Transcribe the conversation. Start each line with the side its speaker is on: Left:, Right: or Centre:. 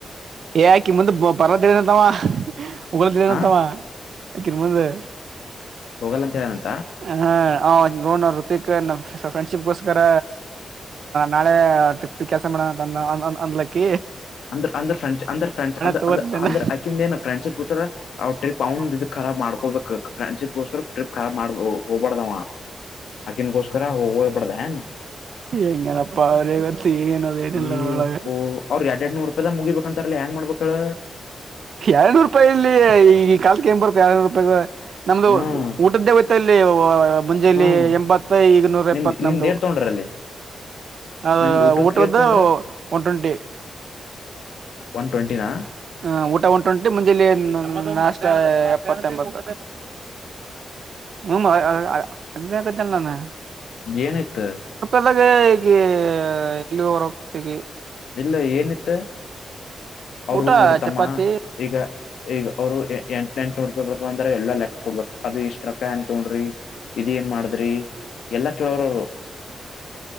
Right: ಯಾಕಿ ಮುಂದೆ ಪರದಳನತ್ತಾವ ಉಗ್ರದಳನತ್ತಾವ
Left: ಹ
Right: ಆಕಿನ ಮುಂದೆ
Left: ಹೋಗಲ್ಲ ಅಂತ ಹೇಳಂತೆ
Right: ಹ್ ಹೃತಿಕ್ ಫ್ರೆಂಡ್ಶಿಪ್ ಗೋಸ್ಕರ ನಾಳೆ ಟ್ರಿಪ್ ಕ್ಯೆನ್ಸಸ ಮಾಡಣಂತ ಅಂದ್ಲಕ್ಕ
Left: ಅಂದ್ರ ಅಂದ್ರ ್ರಂಡ್ ಅರ್ ಫ್ರಂಡ್ ಅ
Right: ತಗೋತನ
Left: ಅಂದ್ರ ಅಕೇ ನಫ್ರೆಂಡ್ ಶಿತರ ್ರಿಪ್ ರಾಬ್ ಮಾಡ್ಕೋಬೇಕ ಫ್ರೆಂಡ್ಶಿಪ್ಗೋಸ್ಕರ ಟ್ರಿಪ್ ಖಾಬ್ ಮಾಡ್ ಹೋಗಬಾರ್ದಾವ ಹಕನ್ಕೋಷಕಾರರಾ ವ ಪರ್ದ ನೀ
Right: ಎಂಗನಪ್ಪ ಅವರವ ತೀನಏನ ಅದೇನಲ್ಲ
Left: ಏಪ್ಪೋ
Right: ಒಳಾಗ
Left: ಅವ್ರ ಎರಡ್ ಎರಡ್ ನೂರು ರೂಪಾಯಿದಾಗ ಮುಗಿಬೇಕಂತಾರಲ್ಲ ಹೆಂಗ್ ಮಾಡ್ಬೇಕ್ ಹೇಳ
Right: ಎರನೂರು ರೂಪಾಯಿಲ್ಲಿ ಈ ಕಲ್ ಏನ್ ಬರುತ್ತೆ ಎರರು ರೂಪಾಯಿ ನಮ್ದು
Left: ಹ್ಮ್
Right: ಊಟದ್ದೇ ಹಯ್ತ ಇಲ್ಲಿ ಮುಂಜಲಿ
Left: ಹ್ಮ್
Right: ಎಂಬತ್ತ ಈಗ ನೂರ
Left: ನಿಮ್ದ್
Right: ಎಪ್ಪತ್ ನಮ್ದ
Left: ನಿಮ್ದ್ ಏಟ್ ತೊಗೊಂಡ್ರ ಅಲ್ಲಿ
Right: ಅದು
Left: ನಿಮ್ದ್ ಊಟದ
Right: ಊಟರ್ದ
Left: ಕೇರ್ ತೊಗೊಂಡ್ರ
Right: ಒನ್ ಟ್ವೆಂಟಿ
Left: ಒನ್ ಟ್ವೆಂಟಿನ
Right: ಹ ಊಟ ಒ ಟ್ವೆಂಟಿ ಮುಂಜೆಯಲ್ಲಿ ನಾಷ್ಟ ಎಪ್ಪತ್ತ ಎಂಬತ್ತು ಹ್ಮ ಅ ಕಲ್ಲಾನ
Left: ಏನಿತ್ತು
Right: ಅದಾಗ ಈಗ ಇಲ್ಲಿ ಹೊರ ಹೋಗತಿಗೆ
Left: ಇಲ್ಲ ಏನಿತ್ತ ಅವರು
Right: ಊಟ
Left: ನೋಡು ತಮ್ಮ
Right: ಚಪಾತಿ
Left: ಈಗ ಈಗ ಅವರು ಎ ಎಂಟುನೂರು ರೂಾಯಿ ಬರ್ದ ಅ್ರ ಎ ಲೆಕ್ಕ ಕೊಡ್ಬೇಕ ಅದು ಇಷ್ಟ ಟಕ್ಕ ಏನ್ ತೊೊಂಡ್ರಿ ಇದ ಏನ್ ಮಾಡದ್ರಿ ಎಲ್ಲಾ ಕೆೇಳೋರವರು